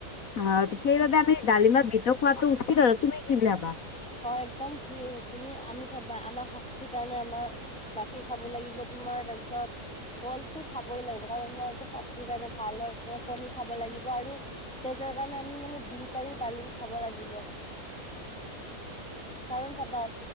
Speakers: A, on the left; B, in the centre.
A: <unintelligible> সেইবাবে আমি ডালিম বা বিট খোৱাটো উচিত আৰুৱ তুমি কি বুলি ভাবা?
B: হয়, একদম ঠিক, তুমি আনি চাবা, আমা শক্তি কাৰণে আমাৰ গাখীৰ খাব লাগিব। তোমাৰ তাৰপিছত কলটো খাবই লাগিব কাৰণ <unintelligible> এইটো শক্তিৰ কাৰণে ভাল হয়। কণী খাব লাগিব আৰু তেজৰ কাৰণে আমি মানে বিট আৰু ডালিম খাব লাগিব। কাৰণ চাবা